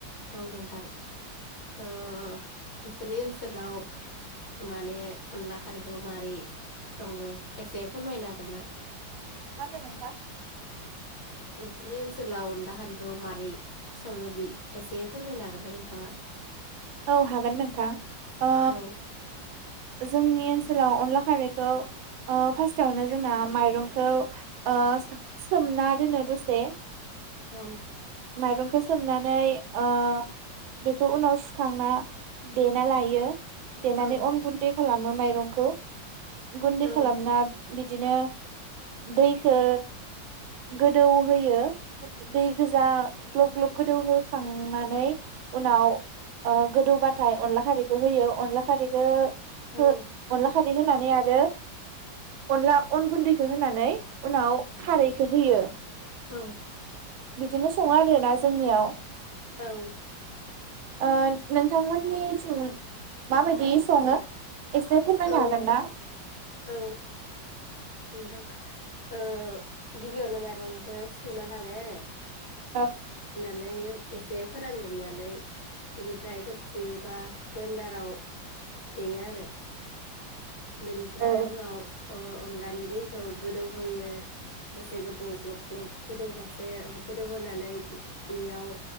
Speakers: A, on the left; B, on the right.
A: औ नोंथां ओ नोंसोरनि ओनसोलाव माने अनला खारैखौ माबोरै सङो एसे फोरमायनो हागोन ना।
B: मा होनदों नोंथां।
A: नोंसोरनि ओनसोलाव अला खारिखौ। मारै सङो बि। एसे फोरमायनो हागोन दा नोंथाङा।
B: औ हागोन नोंथां ओ।
A: औ
B: जोंनि ओनसोलाव अनला खारैखौ ओ फास्टआवनो जोंना माइरंखौ ओ सोमना दोनो दसे।
A: औ।
B: माइरंखौ सोमनानै ओ बेखौ उनाव सुखांना देना लायो। देननानै
A: औ
B: अन गुन्दै। खालामो माइरंखौ गुन्दै
A: औ
B: खालामना बिदिनो दैखो गोदौ होयो दै गोज जा ग्लब ग्लब गोदौ होखांनानै उनाव ओ गोदौबाथाय अनला खारैखो होयो अनला खारैखो हो
A: औ
B: अनलाखारै दै होनानै आरो अनला अन गुन्दैखो होनानै उनाव खारैखो होयो
A: औ
B: बिदिनो सङो आरोना जोंनियाव
A: औ
B: ओ नोंथांमोननिथिं माबायदि सङो? एसे फोरमायनो
A: औ
B: हागोनना?
A: औ नोंथां ओ गिबियावनो माइरंखो सुना लाबाय आरो
B: औ
A: नै एसे फोरानदमनानै बेनि फ्राय थबसि एबा गेन्डाराव देयो आरो बेनिफ्राय
B: औ
A: उनाव अ-अनलानि दैखौ गोदौहोयो दसे गोबोव ग्लब ग्लब गोदौजासे गोदौहोनानै बे-बेयाव